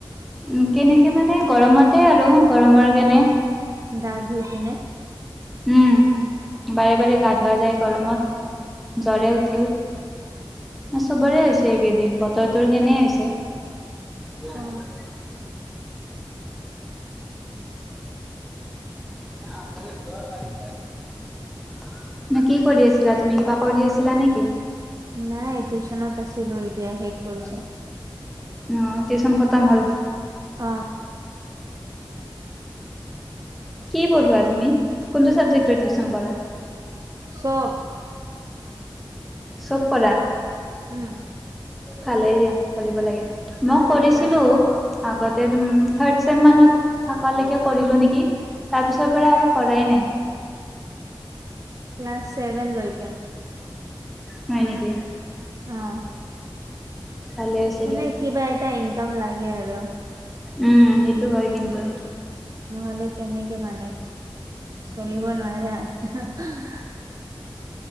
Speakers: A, in the centre; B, on the right (about 40°).
A: উ কেনেকে মানে গৰমতে আৰু গৰমৰ কেনে
B: গা ধুই কেনে
A: উম বাৰে বাৰে গা ধৱোৱা যায় গৰমত। জ্বৰে উঠিল। চবৰে হৈছে এইকেইদিন, বতৰটোৰ কেনেই হৈছে। দে
B: অ
A: হ'ব দে। <unintelligible> নে কি কৰি আছিলা তুমি? কিবা কৰি আছিলা নেকি?
B: নাই টিউশচনত আছিলোঁ, এতিয়া শেষ কৰিছোঁ।
A: অ' টিউশন খতম হ'ল?
B: অ
A: কি পঢ়োৱা তুমি, কোনটো চাবজেক্টৰ টিউচন কৰা?
B: চব
A: চব পঢ়া?
B: উম
A: ভালেই দিয়া কৰিব লাগে। মই কৰিছিলোঁ
B: ক্লাছ
A: আগতে থাৰ্ডছেম মানত থাকালৈকে কৰিলোঁ নেকি। তাৰ পিছৰপৰা আৰু কৰাই নাই।
B: ক্লাছ ছেভেন লৈকে।
A: হয় নেকি?
B: অ'।
A: ভালে হৈছে
B: মানে
A: দিয়া
B: কিবা এটা ইনকাম লাগে আৰু।
A: উম, সেইটো হয় কিন্তু।
B: নহ'লে কেনেকে মানে, চলিব নোৱাৰে আৰু।